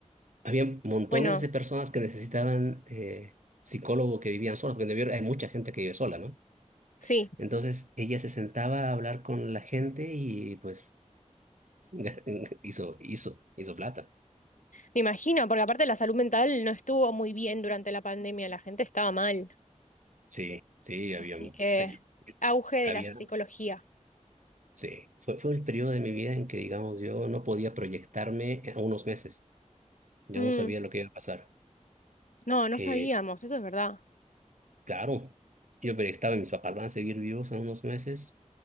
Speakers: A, on the right; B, on the left.
A: había montones
B: Bueno,
A: de personas que necesitaban eh, psicólogo que vivían solas, porque en Nueva York hay mucha gente que vive sola, ¿no?
B: sí,
A: Entonces ella se sentaba a hablar con la gente y pues <laughs> Hizo, hizo, hizo plata.
B: me imagino, porque aparte la salud mental no estuvo muy bien durante la pandemia, la gente estaba mal.
A: Sí, sí, había,
B: Así que
A: allí-
B: auge de
A: había,
B: la psicología.
A: sí. Fue, fue el periodo de mi vida en que, digamos, yo no podía proyectarme a unos meses. Yo
B: Mm,
A: no sabía lo que iba a pasar.
B: no, no
A: Eh,
B: sabíamos, eso es verdad.
A: claro, yo proyectaba, mis papás van a seguir vivos en unos meses.